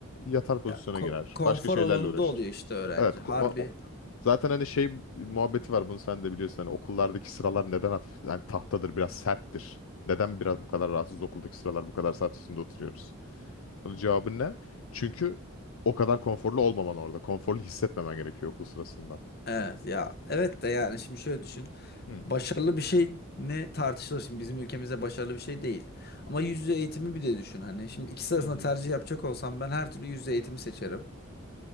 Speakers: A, on the left; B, on the left.
A: yatar
B: <laughs>
A: pozisyona
B: ya, ko-
A: girer.
B: konfor
A: Başka şeylerle
B: alanında
A: uğraşır.
B: oluyor işte öğrenci.
A: Evet, ko-
B: Harbi
A: o- zaten hani şey muhabbeti var bunu sen de biliyorsun hani okullardaki sıralar neden hafif hani tahtadır biraz serttir. Neden biraz bu kadar rahatsız okuldaki sıralar bu kadar saat üstünde oturuyoruz? Bunun cevabı ne? Çünkü o kadar konforlu olmaman orada. Konforlu hissetmemen gerekiyor okul sırasında.
B: Evet ya evet de yani şimdi şöyle düşün.
A: Hı.
B: Başarılı bir şey mi tartışılır şimdi bizim ülkemizde başarılı bir şey değil. Ama yüz yüze eğitimi bir de düşün hani. Şimdi ikisi
A: Hı
B: arasında
A: hı.
B: tercih yapacak olsam ben her türlü yüz yüze eğitimi seçerim.